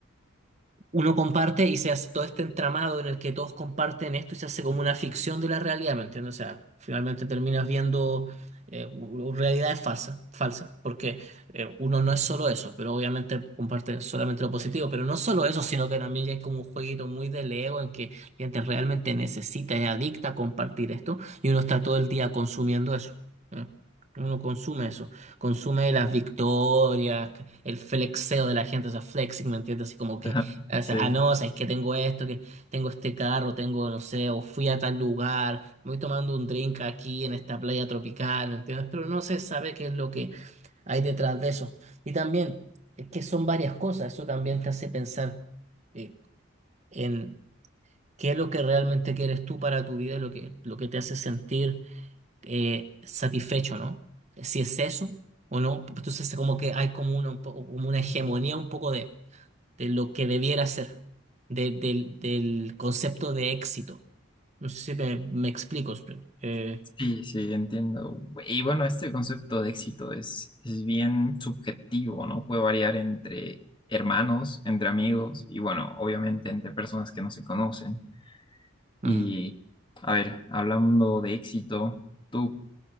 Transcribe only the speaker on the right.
uno comparte y se hace todo este entramado en el que todos comparten esto y se hace como una ficción de la realidad, ¿me entiendes? O sea, finalmente terminas viendo eh, u- u- realidades falsas, falsas, porque eh, uno no es solo eso, pero obviamente comparte solamente lo positivo, pero no solo eso, sino que también ya hay como un jueguito muy del ego en que la gente realmente necesita, es adicta a compartir esto y uno está todo el día consumiendo eso. ¿eh? Uno consume eso, consume las victorias, el flexeo de la gente, o sea, flexing, ¿me entiendes? Así como que
o
sea, ah, no, o sea, es que tengo esto, que tengo este carro, tengo, no sé, o fui a tal lugar, me voy tomando un drink aquí en esta playa tropical, ¿me ¿entiendes? Pero no se sabe qué es lo que hay detrás de eso. Y también, es que son varias cosas, eso también te hace pensar eh, en qué es lo que realmente quieres tú para tu vida, lo que, lo que te hace sentir eh, satisfecho, ¿no? Si es eso o no, pues entonces como que hay como una, un poco- como una hegemonía un poco de de lo que debiera ser, de- del, del concepto de éxito. No sé si me, me explico. eh,
mm.